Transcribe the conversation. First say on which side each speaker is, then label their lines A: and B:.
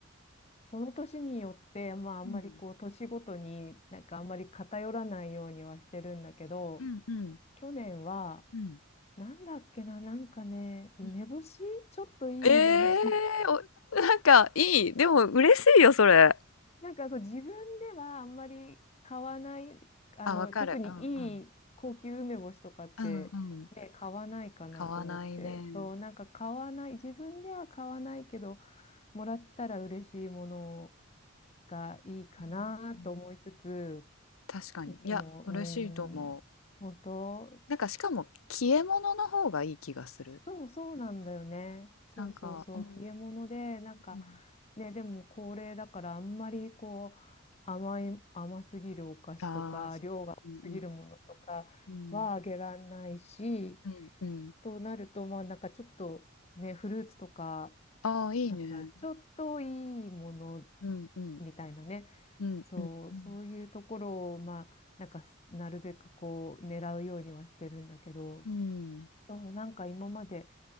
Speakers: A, on the left; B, on the left.
A: その年によって、まあ、あんまりこう、
B: うん。
A: 年ごとに、なんかあんまり偏らないようにはしてるんだけど、
B: うん。
A: 去年は、
B: うん。
A: なんだっけな、なんかね、梅干しちょっといい梅干し
B: うん。ええー、お、なんか、いい。でも、嬉しいよ、それ。
A: なんかそう自分ではあんまり買わない、あの特にいい高級梅干しとかって、
B: あ、わかる。うんうん。うんうん。
A: ね、買わないかなと思って、
B: 買わないね。
A: そう、なんか買わない、自分では買わないけど、もらったら嬉しいものがいいかなと思いつつ、
B: うんうん確かに。
A: いつも、
B: いや、
A: うー
B: 嬉しいと思う。
A: ん、本当、
B: なんか、しかも、消え物の方がいい気がする。
A: そうそうなんだよね。そうそうそう、
B: なんか、うん。
A: 消え物で、なんか、
B: うん
A: ね、でも高齢だから、あんまりこう、甘い、甘すぎるお菓子とか、
B: ああ、そう。
A: 量が多すぎるものとかはあげられないし、
B: うんうんうん。うんうん。
A: となると、まあ、なんかちょっとね、フルーツとか、
B: ああ、いいね。
A: なんかちょっといいもの
B: うんうん
A: みたいなね、
B: うんうんうん
A: そう、そういうところを、まあ、なんかすなるべくこう、狙うようにはしてるんだけど、
B: うん
A: そう、なんか今まで、